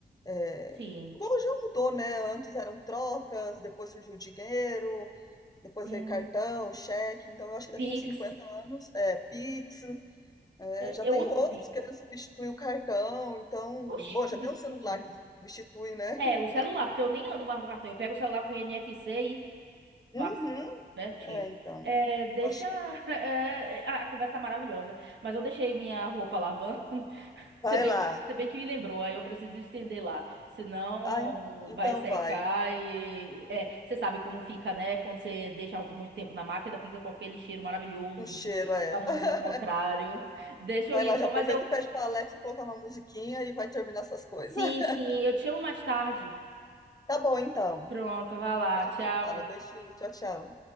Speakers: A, on the left; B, on the right.
A: é,
B: sim,
A: igual já mudou, né? Antes eram trocas, depois surgiu o dinheiro, depois
B: um
A: veio cartão, cheque, então eu acho que daqui
B: Pix,
A: uns 50 anos, é, Pix, é,
B: é,
A: já
B: eu
A: tem
B: amo
A: outros
B: Pix.
A: querendo substituir o cartão, então,
B: Oxi,
A: bom, já
B: substituiu.
A: tem um celular que substitui, né?
B: É,
A: <laughs>
B: o celular, porque eu nem ando mais com cartão. Eu pego o celular com o INFC e
A: Uhum,
B: passo. pertinho
A: é, então,
B: É, deixa.
A: eu acho
B: <laughs>
A: que
B: é, a a conversa tá maravilhosa. Mas eu deixei minha roupa lavando. <laughs> Se
A: vai
B: bem
A: lá.
B: que, se bem que me lembrou, aí eu preciso estender lá. Senão
A: Ai, então
B: vai secar
A: vai.
B: e. É, você sabe como fica, né? Quando você deixa a roupa muito tempo na máquina, fica com aquele cheiro maravilhoso.
A: Um cheiro, é.
B: Pra não
A: <laughs>
B: dizer o contrário. <laughs> Deixa
A: Vai
B: eu ir
A: lá,
B: então,
A: já aproveita
B: mas eu.
A: e pede pra Alexa colocar uma musiquinha e vai terminar essas coisas.
B: Sim,
A: <laughs>
B: sim, eu te chamo mais tarde.
A: Tá bom, então.
B: Pronto, vai lá.
A: A gente
B: Tchau.
A: se fala. Beijinho, tchau, tchau.